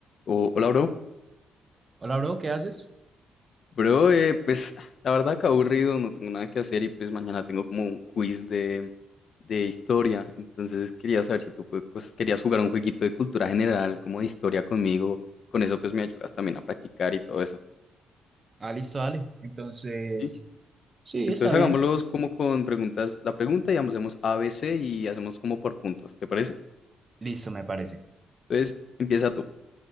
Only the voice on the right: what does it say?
Hola, bro, ¿qué haces?
Ah, listo, dale. Entonces,
sí,
está bien.
O sea,
listo, me parece.